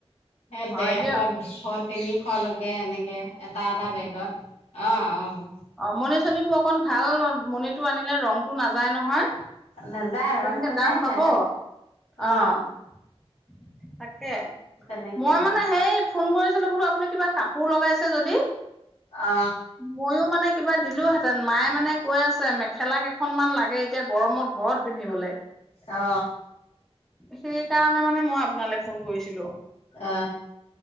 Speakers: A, on the left; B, in the centre.
A: সে
B: হয়
A: ডেৰশ,
B: দিয়ক
A: দুশ, তিনিশলৈকে এনেকে এটা এটা বেগত। অঁ অঁ'
B: অঁ মনি চনিবোৰ অকন ভাল মনিটো আনিলে ৰংটো নাযায় নহয়।
A: নাযায় ৰং
B: তেনেকে
A: নাযায়
B: দাম পাব,
A: হে অ
B: অঁ'। তাকে,
A: তেনেকে
B: মই মানে সেই- ফোন কৰিছিলোঁ বোলো আপুনি কিবা কাপোৰ লগাইছে যদি।
A: অ।
B: ময়ো মানে কিবা দিলোহেঁতেন। মায়ে মানে কৈ আছে মেখেলা কেইখনমান লাগে এতিয়া গৰমত ঘৰত পিন্ধিবলৈ।
A: অ।
B: সেই কাৰণে মানে মই আপোনালৈ ফোন কৰিছিলোঁ।
A: অ,